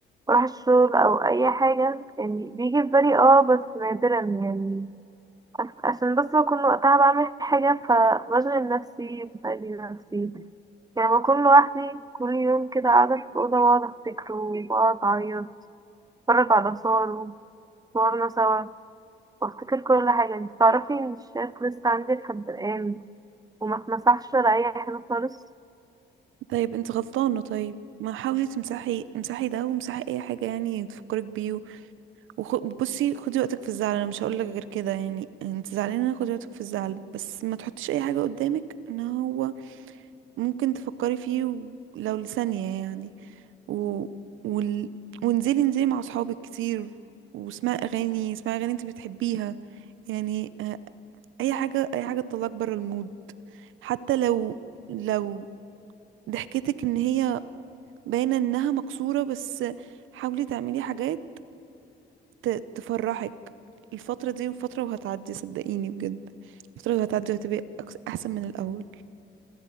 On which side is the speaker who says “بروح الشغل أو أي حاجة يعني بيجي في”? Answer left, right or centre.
Right